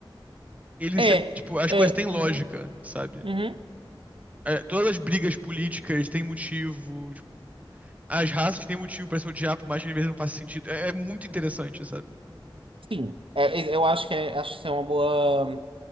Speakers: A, on the right; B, on the right.
A: Ele,
B: É,
A: se- tipo, as
B: é.
A: coisas têm
B: Uhum,
A: lógica, sabe?
B: uhum,
A: É, todas as brigas políticas têm motivo, tipo. As raças têm motivo pra se odiar, por mais que às vezes não faça sentido. É, é muito interessante, sabe?
B: sim. É, eu acho que é, acho que isso é uma boa.